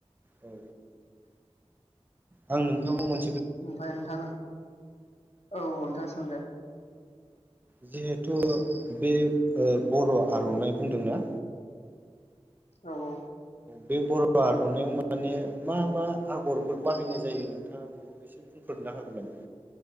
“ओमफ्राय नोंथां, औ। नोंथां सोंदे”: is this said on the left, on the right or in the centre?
Left